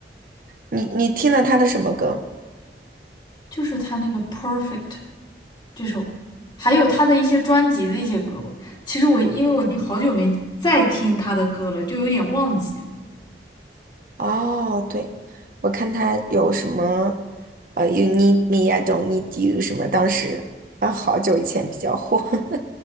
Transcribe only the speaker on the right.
你你听了他的什么歌？
嗯
哦，对，我看他有什么呃，You need me, I don't need you 什么，当时啊好久以前比较火。<laughs>